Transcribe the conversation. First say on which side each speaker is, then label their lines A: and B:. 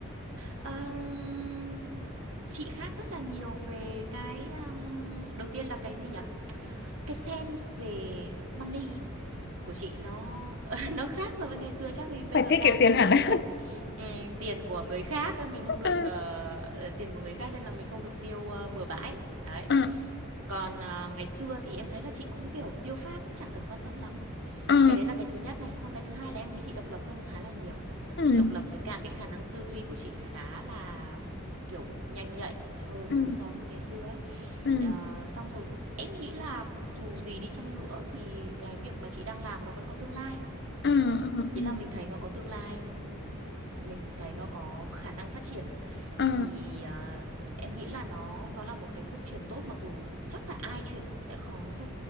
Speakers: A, on the right (about 75°); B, on the left (about 50°).
A: Ờm, chị khác rất là nhiều về cái um, đầu tiên là cái gì nhỉ Cái sense về money của chị nó <laughs> nó khác so với ngày xưa chắc vì bây
B: phải
A: giờ
B: tiết
A: ra
B: kiệm
A: rồi
B: tiền
A: mới
B: hẳn
A: thấy
B: á.
A: là, ừm, tiền của người khác ờ, mình không được,
B: <laughs> ừ
A: ờ, tiền của người khác nên là mình không được tiêu, ơ, bừa bãi, đấy.
B: ừ
A: Còn, à, ngày xưa thì em thấy là chị cũng, kiểu, tiêu pha cũng chẳng cần quan tâm lắm.
B: ừ
A: Cái đấy là cái thứ nhất này, xong cái thứ hai là em thấy chị độc lập hơn khá là nhiều.
B: ừ
A: Độc lập với cả cái khả năng tư duy của chị khá là, kiểu, nhanh nhạy hơn
B: ừ
A: so với ngày xưa ấy.
B: ừ
A: Ờ, xong rồi em nghĩ là dù gì đi chăng nữa thì cái việc mà chị đang làm nó vẫn có tương lai.
B: ừ
A: Ý
B: ừ
A: là mình thấy nó có tương lai, mình thấy nó có khả năng phát triển
B: ừ
A: thì à, em nghĩ là nó nó là một cái bước chuyển tốt mặc dù chắc là ai chuyển cũng sẽ khó thôi.